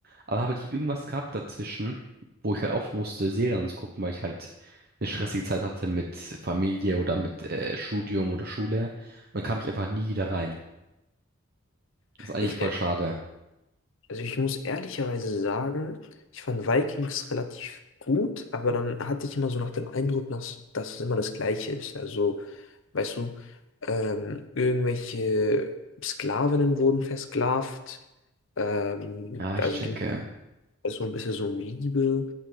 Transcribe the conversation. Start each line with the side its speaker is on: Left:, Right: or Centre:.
Right: aber habe ich irgendwas gehabt dazwischen, wo ich halt auf musste, Serien zu gucken, weil ich halt eine stressige Zeit hatte mit Familie oder mit äh, Studium oder Schule. Und dann kam ich einfach nie wieder rein. Das ist eigentlich
Left: Ich,
Right: voll
Left: äh,
Right: schade.
Left: also ich muss ehrlicherweise sagen, ich fand Vikings relativ gut, aber dann hatte ich immer so nach dem Eindruck, dass, dass es immer das Gleiche ist. Also, weißt du, ähm, irgendwelche Sklavinnen wurden versklavt. Ähm,
Right: Ja,
Left: also
Right: ich checke.
Left: ging so ein bisschen so um Liebe.